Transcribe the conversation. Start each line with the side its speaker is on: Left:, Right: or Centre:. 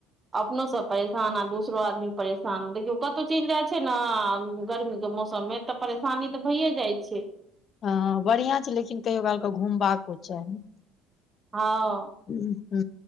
Right: अपनो सब परेशान आ दोसरो आदमी परेशान देखियौ कतहु चलि जाइ छै ने गर्मी के मौसम सबमे तऽ परेशानी तऽ भइए जाइ छै।
Left: हँ बढ़ियां छै लेकिन कहियो कालके घुमबाको चाही।
Right: हँ,
Left: ह